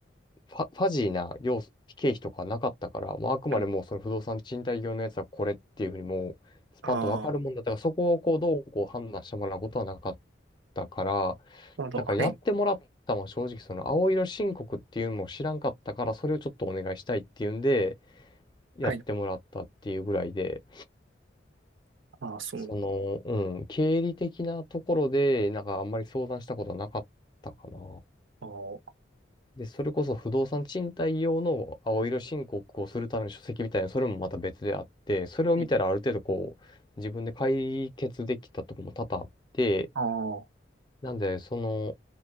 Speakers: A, on the left; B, on the right.
A: ファ、ファジーな量、経費とかなかったから、もうあくまでもうその不動産賃貸業のやつはこれっていうふうにもう、
B: はい。
A: スパンとわかるもんだったから、
B: ああ、な
A: そこをこう、どうこう判断してもらうことはなかったから、
B: るほど。
A: だからやってもらったのは正直その青色申告っていうのも知らんかったから、
B: はい。
A: それをちょっとお願いしたいっていうんで、やってもらったっていうぐらいで、
B: はい。ああ、そうなん。
A: その、うん、経理的なところで、なんかあんまり相談したことはなかったかな。
B: ああ、は
A: で、それこそ不動産賃貸用の青色申告をするための書籍みたいな、それもまた別であって、それを見たらある程度こう、
B: い
A: 自分で解決できたとこも多々あって、
B: ああ、
A: なんで、その、